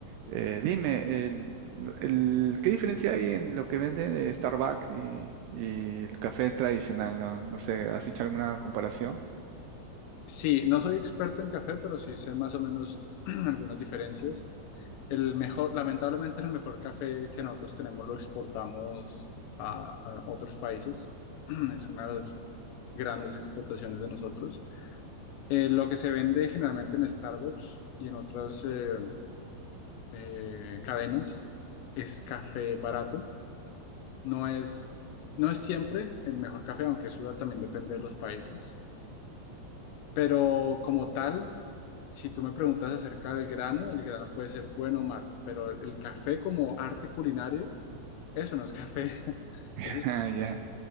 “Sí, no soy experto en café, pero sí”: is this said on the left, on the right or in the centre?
Left